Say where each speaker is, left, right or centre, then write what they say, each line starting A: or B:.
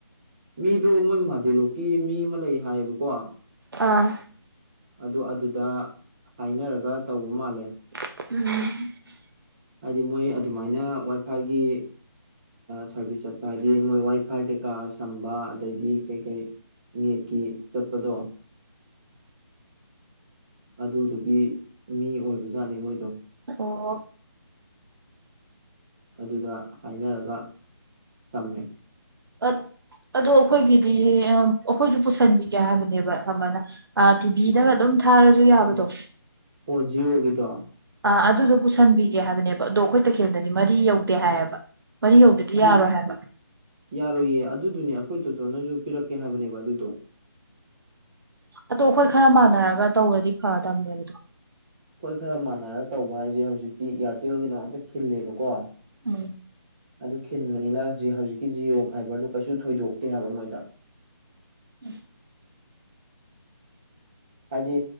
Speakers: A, on the right; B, on the right.
A: ꯃꯤꯗꯣ ꯃꯣꯏ ꯃꯍꯥꯗꯦꯂꯣꯛꯀꯤ ꯃꯤ ꯑꯃ ꯂꯩ ꯍꯥꯏꯌꯦꯕꯀꯣ
B: ꯑꯥ
A: ꯑꯗꯨ ꯑꯗꯨꯗ ꯍꯥꯏꯅꯔꯒ ꯇꯧꯕ ꯃꯥꯜꯂꯦ
B: ꯎꯝ
A: ꯍꯥꯏꯗꯤ ꯃꯣꯏ ꯑꯗꯨꯃꯥꯏꯅ ꯋꯥꯏꯐꯥꯏꯒꯤ ꯁꯥꯔꯚꯤꯁ ꯆꯠꯄ ꯍꯥꯏꯗꯤ ꯃꯣꯏ ꯋꯥꯏꯐꯥꯏ ꯀꯩꯀꯥ ꯁꯝꯕ ꯑꯗꯩꯗꯤ ꯀꯩ ꯀꯩ ꯅꯦꯠꯀꯤ ꯆꯠꯄꯗꯣ ꯑꯗꯨꯗꯨꯒꯤ ꯃꯤ ꯑꯣꯏꯕꯖꯥꯠꯅꯤ ꯃꯣꯏꯗꯣ
B: ꯑꯣ
A: ꯑꯗꯨꯗ ꯍꯥꯏꯅꯔꯒ ꯁꯝꯃꯦ
B: ꯑ ꯑꯗꯣ ꯑꯩꯈꯣꯏꯒꯤꯗꯤ ꯑꯩꯈꯣꯏꯁꯨ ꯄꯨꯁꯟꯕꯤꯒꯦ ꯍꯥꯏꯕꯅꯦꯕ ꯑꯃꯅ ꯇꯤꯚꯤꯗꯒ ꯑꯗꯨꯝ ꯊꯥꯔꯁꯨ ꯌꯥꯕꯗꯣ
A: ꯑꯣ ꯖꯤꯑꯣꯒꯤꯗꯣ
B: ꯑ ꯑꯗꯨꯗꯣ ꯄꯨꯁꯟꯕꯤꯒꯦ ꯍꯥꯏꯕꯅꯦꯕ ꯑꯗꯣ ꯑꯩꯈꯣꯏ ꯇꯈꯦꯜꯗꯗꯤ ꯃꯔꯤ ꯌꯧꯗꯦ ꯍꯥꯏꯌꯦꯕ ꯃꯔꯤ ꯌꯧꯗꯗꯤ
A: ꯑꯗꯨ
B: ꯌꯥꯔꯣꯏ ꯍꯥꯏꯕ
A: ꯌꯥꯔꯣꯏꯌꯦ ꯑꯗꯨ ꯑꯗꯨꯅꯦ ꯑꯩꯈꯣꯏ ꯇꯣꯇꯣꯅꯁꯨ ꯄꯤꯔꯛꯀꯦ ꯍꯥꯏꯕꯅꯦꯕ ꯑꯗꯨꯗꯣ
B: ꯑꯗꯣ ꯑꯩꯈꯣꯏ ꯈꯔ ꯃꯥꯟꯅꯔꯒ ꯇꯧꯔꯗꯤ ꯐꯗꯝꯕꯅꯦꯕ ꯑꯗꯣ
A: ꯑꯩꯈꯣꯏ ꯈꯔ ꯃꯥꯟꯅꯔ ꯇꯧꯕ ꯍꯥꯏꯁꯦ ꯍꯧꯖꯤꯛꯇꯤ ꯏꯌꯥꯔꯇꯦꯜꯒꯤꯗꯃꯛꯇ ꯈꯤꯜꯂꯦꯕꯀꯣ
B: ꯎꯝ
A: ꯑꯗꯨ ꯈꯤꯟꯕꯅꯤꯅ ꯍꯧꯖꯤꯛꯀꯤ ꯖꯤꯑꯣ ꯐꯥꯏꯕꯔꯗꯨ ꯀꯩꯁꯨ ꯊꯣꯏꯗꯣꯛꯇꯦ ꯍꯥꯏꯕ ꯃꯣꯏꯗ
B: <inaudible>
A: ꯍꯥꯏꯗꯤ